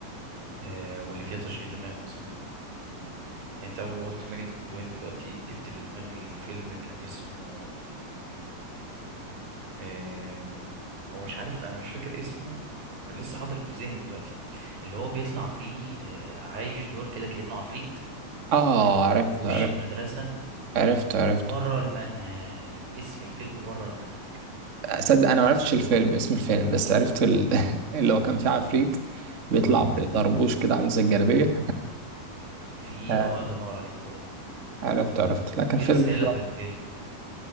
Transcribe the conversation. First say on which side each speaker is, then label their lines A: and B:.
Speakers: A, on the right; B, on the right.
A: آه واللي فيها تشغيل دماغ مثلا يعني انت اول ما قلت ماجد الكدواني دلوقتي جبت في دماغي فيلم كان اسمه آه هو مش عارف انا مش فاكر اسمه وكان لسه حاضر في ذهني دلوقتي اللي هو بيطلع فيه آه عايش دور كده كانه عفريت
B: آه
A: في,
B: عرفت
A: في وش
B: عرفت
A: المدرسه
B: عرفت عرفت
A: بره المنهج اسم الفيلم بره المنهج
B: أصدق أنا معرفتش الفيلم اسم الفيلم بس عرفت ال... <laughs> اللي هو كان فيه عفريت بيطلع
A: اه
B: بطربوش كده عامل زي الجلابية
A: في
B: <laughs>
A: اه الله ينور عليك هو ده
B: عرفت عرفت لكن
A: في
B: فيلم
A: رساله
B: حلو
A: في
B: أوي.
A: الفيلم